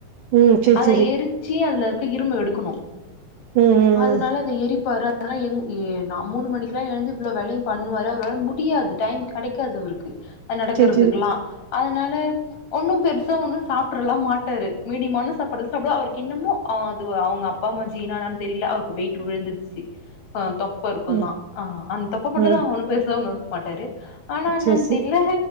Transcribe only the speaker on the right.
ம் சேரி
சேரி
ம் ம்
ம்
சேரி சேரி
ம்
ம்
சேரி சேரி